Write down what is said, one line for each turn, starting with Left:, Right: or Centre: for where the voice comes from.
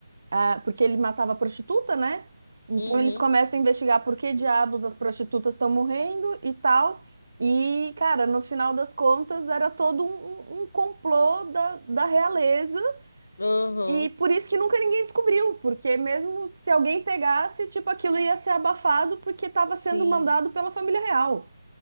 Right: a, porque ele matava prostituta, né? Então
Left: Uhum,
Right: eles começam a investigar por que diabos as prostitutas estão morrendo e tal. E, cara, no final das contas, era todo um, um um complô da, da realeza
Left: uhum.
Right: E por isso que nunca ninguém descobriu, porque mesmo se alguém pegasse, tipo, aquilo ia ser abafado porque estava
Left: Sim,
Right: sendo mandado pela família real.